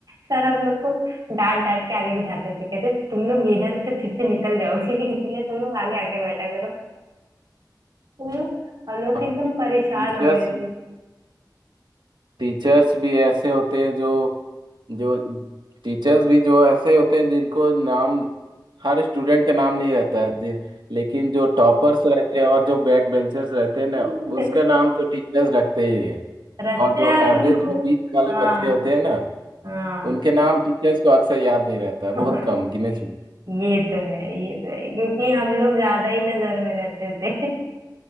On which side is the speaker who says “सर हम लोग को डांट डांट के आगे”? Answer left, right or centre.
Right